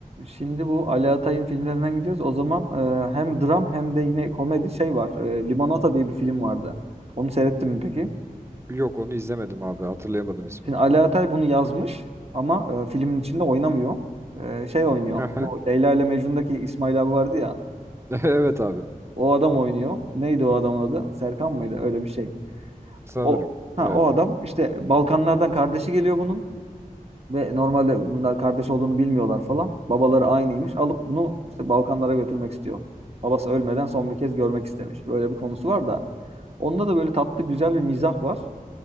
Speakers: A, on the right (about 45°); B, on the right (about 15°).
A: Şimdi bu Ali Atay'ın filmlerinden gidiyoruz. O zaman e, hem dram hem de yine komedi şey var. E, Limonata diye bir film vardı. Onu seyrettin mi peki?
B: Yok onu izlemedim abi hatırlayamadım ismini.
A: Şimdi Ali Atay bunu yazmış ama e, filmin içinde oynamıyor. E, şey oynuyor.
B: Aha.
A: Bu Leyla ile Mecnun'daki İsmail abi vardı ya.
B: <laughs> Evet abi.
A: O adam oynuyor. Neydi o adamın adı? Serkan mıydı? Öyle bir şey.
B: Sanırım.
A: O ha
B: Evet.
A: o adam işte Balkanlardan kardeşi geliyor bunun ve normalde bunlar kardeş olduğunu bilmiyorlar falan. Babaları aynıymış. Alıp bunu işte Balkanlara götürmek istiyor. Babası ölmeden son bir kez görmek istemiş. Böyle bir konusu var da onda da böyle tatlı güzel bir mizah var.